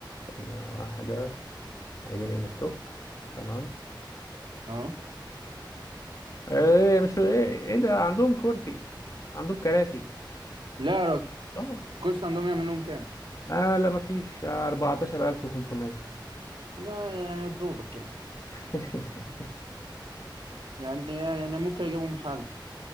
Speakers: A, on the left; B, on the right.
A: ثانية واحدة عايزين ان ستوك تمام
B: اه
A: ايه مش ايه, إيه ده عندهم كرسي عندهم كراسي
B: لا يا راجل
A: اه
B: كورس عندهم يعمل لهم كام
A: اه لا مفيش آه، 14500
B: لا يعني يا دوبك يعني
A: <laughs>
B: يعني يعني ممكن اجيبهم حل